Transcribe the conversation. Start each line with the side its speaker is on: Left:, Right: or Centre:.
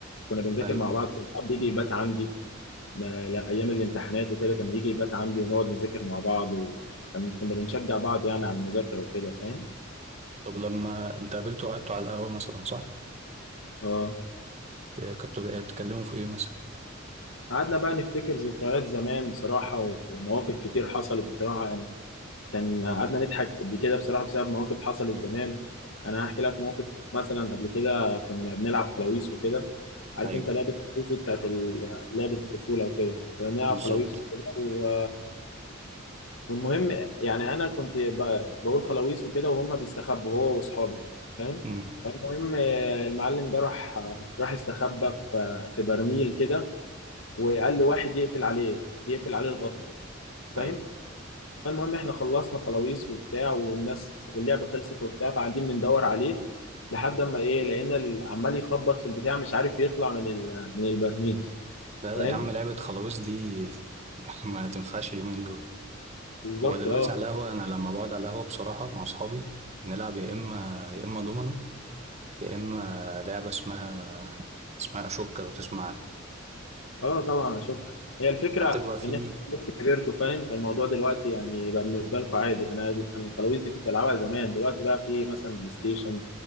Left: كنا بنذاكر
Right: أيوة
Left: مع بعض كان حد يجي يبات عندي ما لا ايام الامتحانات وكده كان يجي يبات عندي ونقعد نذاكر مع بعض وكان كنا بنشجع بعض يعني على المذاكره وكده فاهم
Right: طب لما أنت قابلته وقعدتوا على القهوة مثلا صح؟
Left: اه
Right: إيه، كنتوا بقى بتتكلموا في إيه مثلا؟
Left: قعدنا بقى نفتكر ذكريات زمان بصراحه ومواقف كتير حصلت بصراحه يعني كان قعدنا نضحك قد كده بصراحه بسبب مواقف حصلت زمان انا هحكي لك موقف مثلا قبل كده كنا بنلعب فلاويس وكده عارف
Right: أيوة
Left: انت لعبه الفلاويس دي بتاعت ال- لعبه الطفوله وكده كنا بنلعب
Right: بالظبط
Left: فلاويس وكده و... والمهم يعني انا كنت ب- بقول خلاويص وكده وهم بيستخبوا هو واصحابه فاهم
Right: امم
Left: فالمهم آه، المعلم ده راح آه، راح استخبى في في برميل كده وقال لواحد يقفل عليه يقفل عليه الغطا فاهم
Right: أيوة
Left: فالمهم احنا خلصنا خلاويص وبتاع والناس واللعبه خلصت وبتاع فقاعدين بندور عليه لحد اما ايه لقينا ال- عمال يخبط في البتاع مش عارف يطلع من ال- من البرميل
Right: لا
Left: فاهم
Right: لا يا عم لعبة خلاويص دي <laughs> ما تنفعش اليومين دول
Left: بالظبط
Right: هو دلوقتي
Left: اه
Right: على القهوة أنا لما بقعد على القهوة بصراحة مع أصحابي بنلعب يا إما يا إما دومنة يا إما لعبة اسمها اسمها أشوكة لو تسمع عنها
Left: اه طبعا اشك هي الفكره
Right: حتى بيبقى في
Left: ان انت خلاص كبرتوا فاهم فالموضوع دلوقتي يعني بقى بالنسبه لكم عادي انا انا الخلاويز دي كنت بلعبها زمان دلوقتي بقى في مثلا بلاي ستيشن